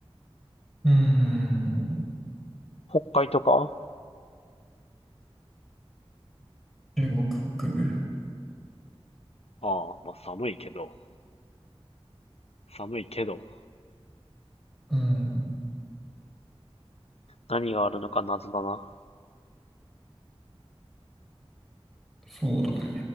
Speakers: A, in the centre; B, on the left.
A: うーん。
B: 北海とか。
A: 中国北部。
B: ああ、まあ寒いけど、寒いけど、
A: うん。
B: 何があるのか謎だな。
A: そうだね。